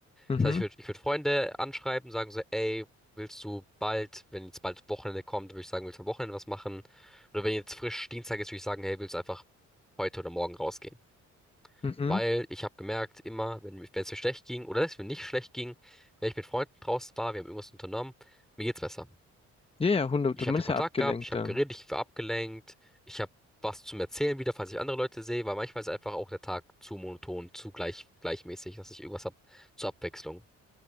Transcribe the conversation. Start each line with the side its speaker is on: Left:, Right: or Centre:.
Left: mhm,
Centre: Das heißt, ich würde ich würd Freunde anschreiben, sagen so, ey, willst du bald, wenn jetzt bald Wochenende kommt, würde ich sagen, willst du am Wochenende was machen? Oder wenn jetzt frisch Dienstag ist, würde ich sagen, hey, willst du einfach heute oder morgen rausgehen?
Left: mhm.
Centre: Weil ich habe gemerkt, immer, wenn wenn es mir schlecht ging oder wenn es mir nicht schlecht ging, wenn ich mit Freunden draußen war, wir haben irgendwas unternommen, mir geht's besser
Left: Ja, ja, hundert
Centre: ich hatte
Left: man ist
Centre: Kontakt
Left: ja abgelenkt
Centre: gehabt, ich habe
Left: dann.
Centre: geredet, ich war abgelenkt, ich habe was zum Erzählen wieder, falls ich andere Leute sehe, weil manchmal ist einfach auch der Tag zu monoton, zu gleich, gleichmäßig, dass ich irgendwas hab zur Abwechslung.